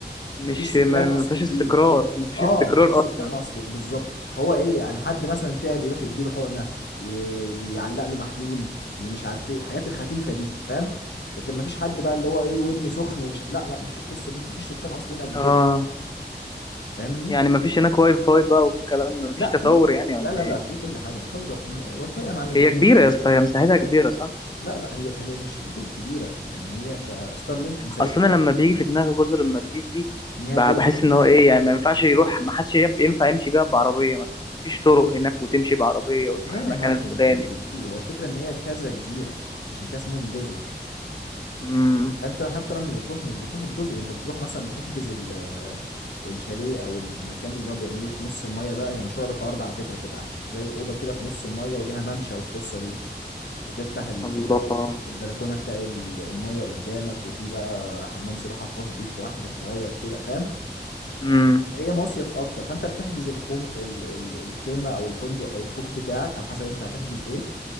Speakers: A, on the left; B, on the left.
A: مش
B: مفيش سكان
A: ما ما
B: اصليين
A: فيش استقرار ما فيش
B: اه
A: استقرار
B: مفيش
A: اصلا
B: سكان اصلي بالظبط فهو ايه يعني حد مثلا تعب يروح يديله حقنه ي- يعلق له محلول ي- مش عارف ايه الحاجات الخفيفه دي فاهم لكن مفيش حد بقى اللي هو ايه وابني سخن ومش لا لا مفيش القصه دي مفيش سكان اصليين قد
A: اه
B: كده فاهمني
A: يعني ما فيش هناك واي فاي بقى والكلام ده ما فيش
B: لا
A: تطور
B: في كل
A: يعني ولا
B: لا لا
A: ايه
B: لا في كل حاجه بتهزر واي فاي يا معلم انت
A: هي
B: ما
A: كبيرة
B: شفتش
A: يا اسطى هي مساحتها كبيرة صح
B: لا لا هي هي مش فكره كبيره يعني هي انت ستار لينك ما سابتش
A: اصلا
B: حته
A: لما بيجي في دماغي جزر المالديف دي
B: ان هي
A: ب-
B: جزر
A: بحس ان هو ايه يعني ما ينفعش يروح ما حدش يف- ينفع يمشي بيها بعربية مثلا ما فيش طرق هناك وتمشي بعربية وتروح
B: لا
A: المكان
B: يا معلم
A: الفلاني
B: في في هو الفكره ان هي كذا جزيره عشان كده اسمهم جزر
A: امم
B: انت حتى لما بتروح مش بتروح الجزر انت بتروح مثلا بتحجز ال- آه، الشاليه او المكان اللي هو بيعملوه في نص الميه ده هي مشهوره بالحوار ده على فكره بتبقى زي اوضه كده في نص الميه وليها ممشى والقصه دي وتفتح البلا-
A: الله
B: البلكونه تلاقي ال- الميه قدامك وفي بقى حمام سباحه خاص بيك لوحدك صغير كده فاهم
A: امم
B: هي مصيف اكتر فانت بتحجز الخوم ال- ال- الخيمه او الفندق او الكوخ بتاعك على حسب انت هتحجز ايه